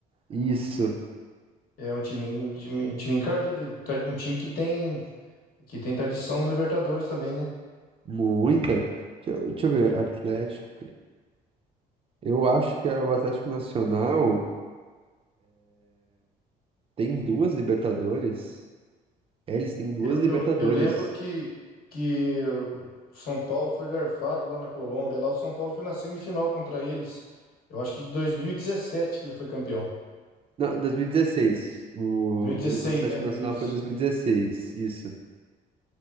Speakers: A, on the right; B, on the left.
A: Isso,
B: É um time, um time, um time encardido, tra- um time que tem, que tem tradição no Libertadores também, né?
A: muita. Deixa eu, deixa eu ver, Atlético. Eu acho que a- o Atlético Nacional tem duas Libertadores. É, eles têm duas
B: Eu,
A: Libertadores.
B: eu, eu lembro que, que o São Paulo foi garfado lá na Colômbia. Lá o São Paulo foi na semifinal contra eles. Eu acho que em 2017 que ele foi campeão.
A: Não, 2016. O,
B: 2016,
A: o Atlético
B: né?
A: Nacional
B: É isso.
A: foi 2016, isso.